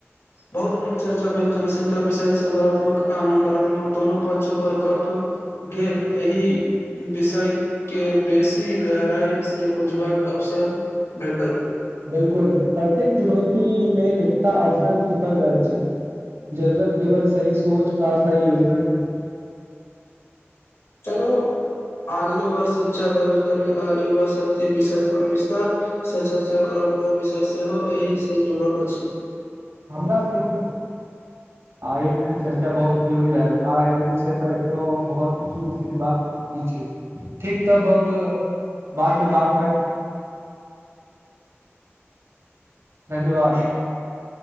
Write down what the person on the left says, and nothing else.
बहुत नीक चर्चा भेल जनसंख्या विषय सकारात्मक आ नकारात्मक दोनो पक्ष पर गप गे एहि <unintelligible> विषय के बेसी गहराइ से बुझबक अवसर भेटल
चलो आगलो बार शिक्षा बेरोजगारी आ युवा शक्ति विषय पर विस्तार से चर्चा करब ओ विषय सेहो एहिसँ जोड़ल अछि